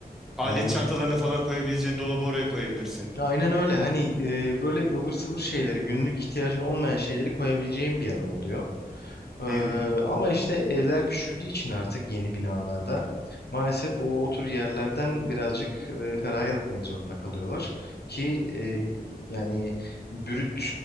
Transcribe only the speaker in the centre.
Alet
çantalarını falan koyabileceğin dolabı oraya koyabilirsin.
Hı hı.